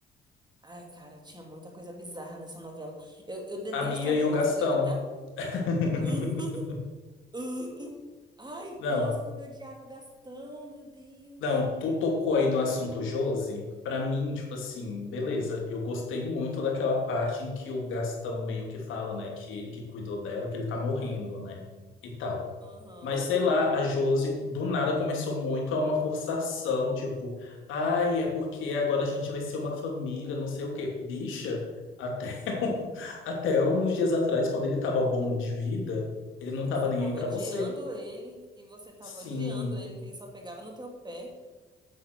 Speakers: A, on the right; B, on the left.
A: Ai, cara, tinha muita coisa bizarra nessa novela. Eu, eu detesto
B: A Mia
A: a
B: e
A: Josi.
B: o Gastão.
A: Eu, até o.
B: <laughs>
A: <laughs> Uh, Ai,
B: Não,
A: nossa, como eu odiava o Gastão, meu Deus.
B: não, tu tocou aí no assunto Josi. Pra mim, tipo assim, beleza, eu gostei muito daquela parte em que o Gastão meio que fala, né, que ele que cuidou dela, que ele tá morrendo, né, e tal.
A: Aham.
B: Mas sei lá, a Josi do nada começou muito a uma forçação, tipo, ai, é porque agora a gente vai ser uma família, não sei o quê. Bicha, até, <laughs> um- até uns dias atrás, quando ele tava bom de vida, ele não tava
A: Você
B: nem
A: tava
B: aí pra
A: odiando
B: você.
A: ele e você tava
B: Sim.
A: odiando ele, que ele só pegava no teu pé.